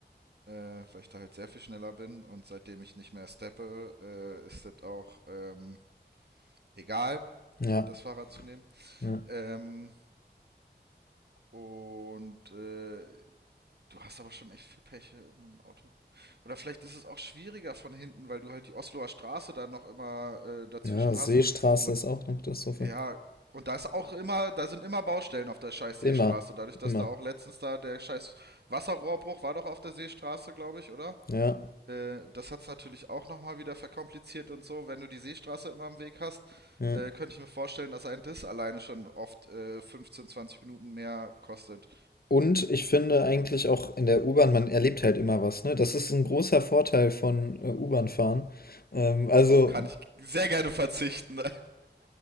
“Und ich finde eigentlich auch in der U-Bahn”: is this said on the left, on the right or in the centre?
Left